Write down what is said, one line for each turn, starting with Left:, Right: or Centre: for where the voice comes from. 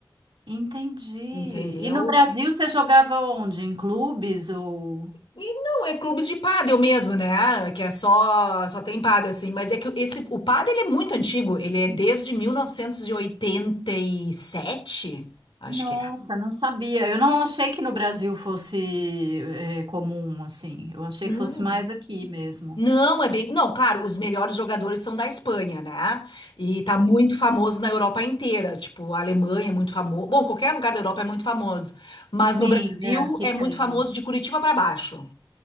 Right: entendi.
Left: entendeu?
Right: E no Brasil você jogava onde? Em clubes ou?
Left: E não, é clubes de pádel mesmo, né? Que é só, só tem pádel assim. Mas é que esse, o pádel ele é muito antigo, ele é desde mil novecentos e e oitenta e sete, acho
Right: Nossa,
Left: que é.
Right: não sabia. Eu não achei que no Brasil fosse, eh, comum assim. Eu achei
Left: Não,
Right: que fosse mais aqui mesmo.
Left: Não, é bem. Não, claro, os melhores jogadores são da Espanha, né? E tá muito famoso na Europa inteira. Tipo, a Alemanha é muito famoso. Bom, qualquer lugar da Europa é muito famoso. Mas
Right: Sim,
Left: no Brasil
Right: é, aqui
Left: é
Right: tem.
Left: muito famoso de Curitiba pra baixo.